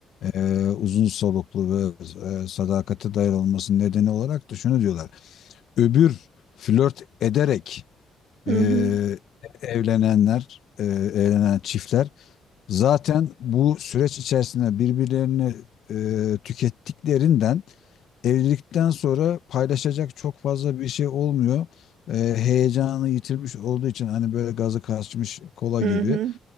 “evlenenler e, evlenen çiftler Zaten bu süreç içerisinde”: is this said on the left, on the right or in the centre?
Left